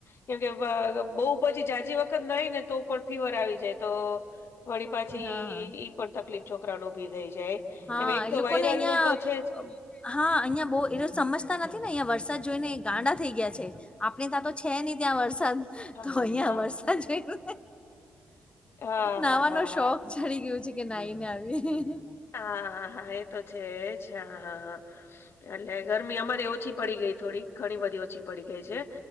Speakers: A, on the left; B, on the left.
A: કેમ કે બહુ પછી જાજી વખત નાઈ, ને તો પણ ફીવર આવી જાય. તો વળી પાછી.
B: હા
A: પણ તકલીફ છોકરા નુ ઉભી થઈ જાય.
B: હા,
A: એમ એક
B: એ
A: તો
B: લોકોને
A: વાયરલ
B: અહિયાં
A: નું તો છે જ
B: હા અહિયાં બો સમજતા નથી ને અહીંયા વરસાદ જોઈ ને ગાંડા થઈ ગયા છે. આપણે ત્યાં તો છે નહી. ત્યાં વરસાદ
A: હા
B: તો અહિયાં
A: હા
B: વરસાદ જોય.
A: હા
B: નાહવાનો
A: હા હા હા
B: શોખ ચડી ગયું છે. કે નાઈને આવીયે
A: હા, હા, હા એ તો છેજ, હા હા, હા એટલે ગરમી અમારે ઓછી પડી ગઈ થોડી ઘણી બધી ઓછી પડી ગઈ છે.